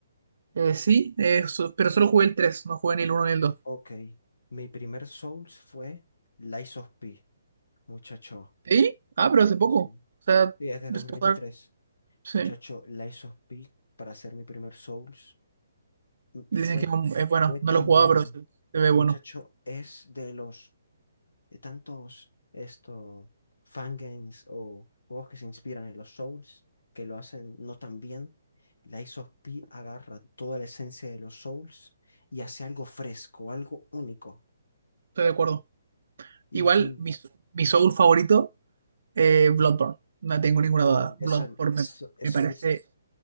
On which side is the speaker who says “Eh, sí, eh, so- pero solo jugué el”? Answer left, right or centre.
Right